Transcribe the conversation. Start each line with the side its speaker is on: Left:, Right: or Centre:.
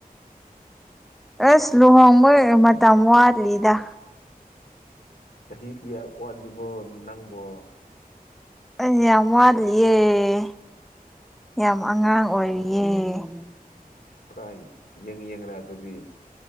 Centre: ꯑꯁ ꯂꯨꯍ ꯃꯣꯏ ꯃꯊꯃ ꯋꯥꯔ ꯂꯤꯗꯥ
Left: ꯆꯍꯤꯍꯤ ꯀꯌꯥ ꯑꯣꯖꯕꯣ ꯅꯪꯕꯣ
Centre: ꯑꯩ ꯌꯥꯝ ꯋꯥꯠꯂꯤꯌꯦꯦ
Left: ꯎꯝ
Centre: ꯌꯥꯝ ꯑꯉꯥꯡ ꯑꯣꯏꯔꯤꯌꯦ ꯌꯦ <unintelligible> <inaudible>
Left: ꯑꯁ ꯄꯨꯔꯥ ꯌꯦꯡ ꯌꯦꯡꯅ ꯑꯗꯨꯗꯤ